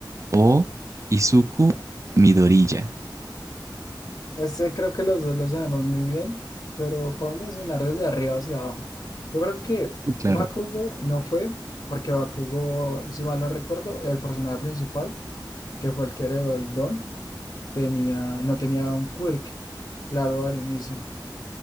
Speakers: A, on the right (about 40°); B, on the left (about 50°).
A: o Izuku Midoriya?
B: Este creo que los dos lo sabemos muy bien, pero podemos mencionar desde arriba hacia abajo. Yo creo que
A: Sí, Claro.
B: Bakugo no fue, porque Bakugo, si mal no recuerdo, el personaje principal, que fue el que heredó el don, tenía, no tenía un quirk, claro, al inicio.